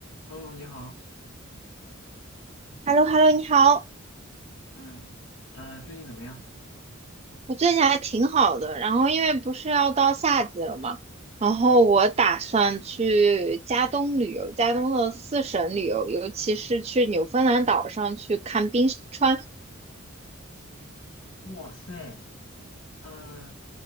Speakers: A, on the left; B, on the right.
A: Hello，你好，
B: h e l l o h e l l o 你好，
A: 嗯，呃，最近怎么样？
B: 我最近还挺好的。然后因为不是要到夏季了嘛，然后我打算去加东旅游，加东的四省旅游，尤其是去纽芬兰岛上去看冰川。
A: 哇塞，呃，